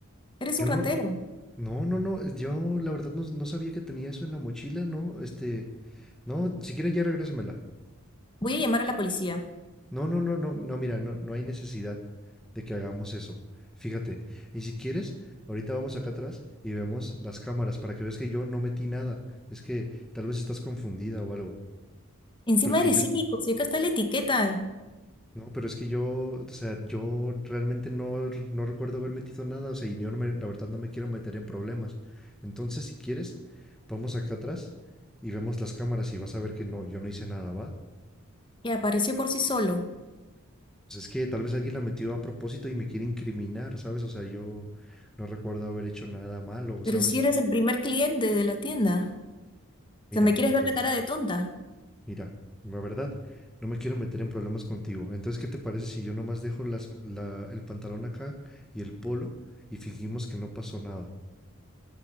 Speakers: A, on the left; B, in the centre.
A: Eres
B: Yo
A: un
B: no,
A: ratero.
B: no, no, no, yo la verdad no, no sabía que tenía eso en la mochila, no, este, no, si quiere ya regrésemela.
A: Voy a llamar a la policía.
B: No, no, no, no, no, mira, no, no hay necesidad de que hagamos eso. Fíjate, y si quieres, ahorita vamos acá atrás y vemos las cámaras para que veas que yo no metí nada. Es que tal vez estás confundida o algo.
A: Encima
B: Porque
A: eres
B: yo,
A: cínico, si acá está la etiqueta,
B: no, pero es que yo, o sea, yo realmente no, r- no recuerdo haber metido nada, o sea, y yo no me- la verdad no me quiero meter en problemas. Entonces, si quieres, vamos acá atrás y vemos las cámaras y vas a ver que no, yo no hice nada, ¿va?
A: que apareció por sí solo.
B: Pues es que tal vez alguien la metió a propósito y me quiere incriminar, ¿sabes? O sea, yo no recuerdo haber hecho nada malo,
A: Pero
B: ¿sabes?
A: si eres el primer cliente de la tienda. O
B: Mira,
A: sea, ¿me quieres ver
B: mira,
A: la cara de tonta?
B: mira, la verdad, no me quiero meter en problemas contigo. Entonces, ¿qué te parece si yo nomás dejo las, la- el pantalón acá y el polo y fingimos que no pasó nada?